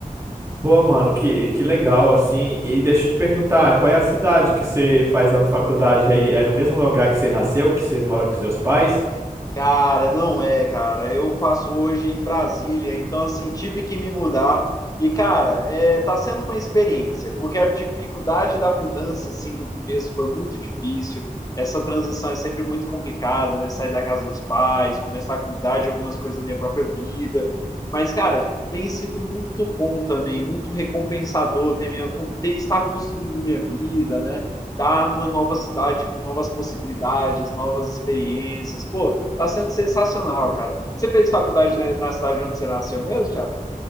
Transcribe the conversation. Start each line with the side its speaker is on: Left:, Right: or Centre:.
Right: Pô, mano, que, que legal, assim. E deixa eu te perguntar, qual é a cidade que você faz a faculdade aí? É no mesmo lugar que você nasceu, que você mora com seus pais?
Left: Cara, não é, cara. Eu faço hoje em Brasília, então assim, tive que me mudar. E, cara, é, tá sendo uma experiência, porque a dificuldade da mudança, assim, no começo foi muito difícil. Essa transição é sempre muito complicada, né? Sair da casa dos pais, começar a cuidar de algumas coisas da minha própria vida. Mas, cara, tem sido muito bom também, muito recompensador ter minha, ter, estar construindo minha vida, né? Estar numa nova cidade com novas possibilidades, novas experiências. Pô, Tá sendo sensacional, cara. Você fez faculdade na, na cidade onde você nasceu mesmo, cara?